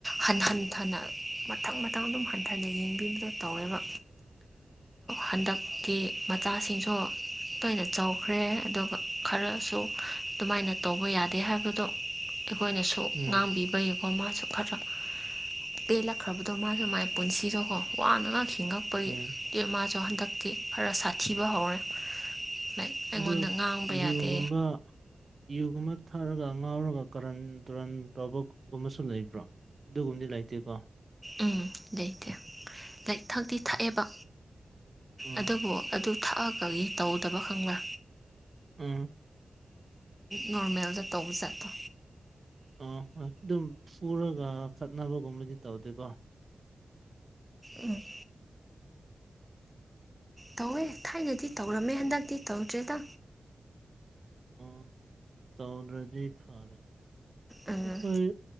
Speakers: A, in the centre; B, on the right.
A: ꯍꯟ ꯍꯟꯊꯅ ꯃꯊꯪ ꯃꯊꯪ ꯑꯗꯨꯝ ꯍꯟꯊꯅ ꯌꯦꯡꯕꯤꯕꯗꯣ ꯇꯧꯋꯦꯕ ꯍꯟꯗꯛꯇꯤ ꯃꯆꯥꯁꯤꯡꯁꯨ ꯇꯣꯏꯅ ꯆꯥꯎꯈ꯭ꯔꯦ ꯑꯗꯨꯒ ꯈꯔꯁꯨ ꯑꯗꯨꯃꯥꯏꯅ ꯇꯧꯕ ꯌꯥꯗꯦ ꯍꯥꯏꯕꯗꯣ ꯑꯩꯈꯣꯏꯅꯁꯨ ꯁꯨ
B: ꯎꯝ
A: ꯉꯥꯡꯕꯤꯕꯒꯤꯀꯣ ꯃꯥꯁꯨ ꯈꯔ ꯄꯦꯜꯂꯛꯈ꯭ꯔꯕꯗꯣ ꯃꯥꯁꯨ ꯃꯥꯏ ꯄꯨꯟꯁꯤꯗꯣꯀꯣ ꯋꯥꯅꯅ ꯍꯤꯡꯉꯛꯄꯒꯤ
B: ꯎꯝ
A: ꯃꯥꯁꯨ ꯍꯟꯗꯛꯇꯤ ꯈꯔ ꯁꯥꯊꯤꯕ ꯍꯧꯔꯦ꯫ ꯂꯥꯏꯛ ꯑꯩꯉꯣꯟꯗ
B: ꯑꯗꯨ
A: ꯉꯥꯡꯕ
B: ꯌꯨꯒꯨꯝꯕ
A: ꯌꯥꯗꯦ꯫
B: ꯌꯨꯒꯨꯝꯕ ꯊꯥꯔꯒ ꯉꯥꯎꯔꯒ ꯀꯔꯟ ꯇꯨꯔꯟ ꯇꯧꯕꯒꯨꯝꯕꯁꯨ ꯂꯩꯕ꯭ꯔꯣ꯫ ꯑꯗꯨꯒꯨꯝꯕꯗꯤ ꯂꯩꯇꯦꯀꯣ꯫
A: ꯎꯝ ꯂꯩꯇꯦ ꯂꯥꯏꯔꯤꯛ ꯊꯥꯛꯛꯇꯤ ꯊꯥꯛꯑꯦꯕ꯫
B: ꯎꯝ
A: ꯑꯗꯨꯕꯨ ꯑꯗꯨ ꯊꯥꯛꯑꯒꯒꯤ ꯇꯧꯗꯕ ꯈꯪꯕ꯭ꯔꯥ꯫
B: ꯎꯝ
A: ꯅꯣꯔꯃꯦꯜꯗ ꯇꯧꯕꯖꯥꯠꯇꯣ꯫
B: ꯑꯥ ꯍꯣꯏ ꯑꯗꯨꯝ ꯄꯨꯔꯒ ꯈꯠꯅꯕꯒꯨꯝꯕꯗꯤ ꯇꯧꯗꯦꯀꯣ꯫
A: ꯎꯝ ꯇꯧꯋꯦ ꯊꯥꯏꯅꯗꯤ ꯇꯧꯔꯝꯃꯦ ꯍꯟꯗꯛꯇꯤ ꯇꯧꯗ꯭ꯔꯦꯗ꯫
B: ꯑ ꯇꯧꯗ꯭ꯔꯗꯤ ꯐꯔꯦ꯫
A: ꯎꯝ
B: ꯑꯈꯣꯏꯣꯏ